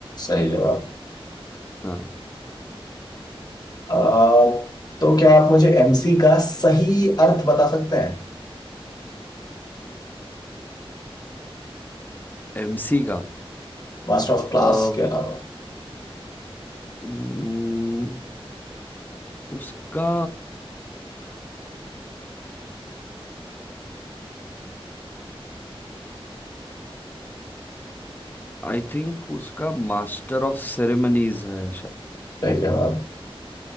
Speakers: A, on the left; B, on the left.
A: सही जवाब
B: हाँ
A: अ, तो क्या आप मुझे एमसी का सही अर्थ बता सकते हैं
B: एमसी का
A: मास्टर ऑफ
B: अ,
A: क्लास के अलावा
B: उम्म, उसका आई थिंक उसका मास्टर ऑफ सेरेमनीज है
A: सही जवाब